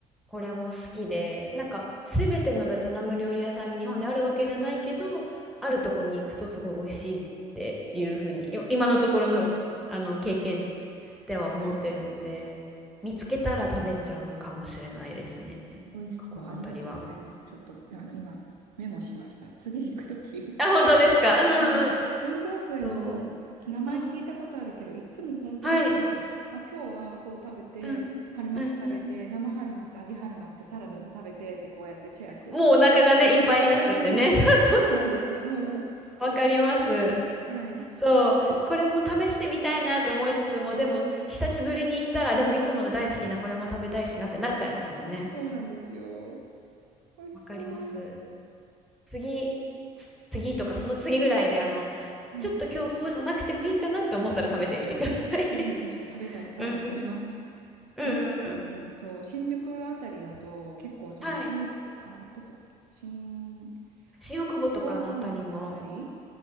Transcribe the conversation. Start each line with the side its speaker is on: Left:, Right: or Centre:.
Centre: これも好きで、なんか、すべてのベトナム料理屋さんに日本であるわけじゃないけど、あるとこに行くとすごい美味しいっていうふうに、い今のところの、あの経験では思ってるので、
Right: はい。
Centre: 見つけたら食べちゃうかもしれないですね。なんかこの辺りは。
Right: 美味しそう。ありがとうございます。ちょっと、あの、今、メモしました。次行くとき。
Centre: あ、本当ですか。うんうん。
Right: そう。文房具へも、
Centre: そ
Right: 名前聞いたことあるけど、
Centre: う。うん。
Right: いつも本当になんだろう。
Centre: はい。
Right: あ、今日はフォー食べて、
Centre: うん。
Right: 春巻き食べて、
Centre: うんうん。
Right: 生春巻きと揚げ春巻きとサラダと食べてって、こうやってシェアしてると思う。
Centre: もうお腹がね、
Right: お腹いっぱいなんで。
Centre: いっぱいになっちゃってね。<laughs> そうそう。
Right: そうなんです。もう、
Centre: わかります。
Right: 推しがあると。はい。
Centre: そう、これも試してみたいなって思いつつも、でも久しぶりに行ったら、でもいつもの大好きなこれも食べたいしなってなっちゃいますもんね。
Right: そうなんですよ。美味しそう。
Centre: わかります。次、つ次とかその次ぐらいで、あの、
Right: はい。
Centre: ちょっと今日フォーじゃなくてもいいかなって思ったら食べてみてください。
Right: ぜひぜひ食べたい、
Centre: <laughs>
Right: あの、
Centre: うん、
Right: 食べます。
Centre: うん。
Right: いいですね。そう、新宿あたりだと、結構その、
Centre: はい。
Right: 新あれ、どこだっけ新
Centre: 新大久保とかのあたりも、
Right: 大久保のあたり、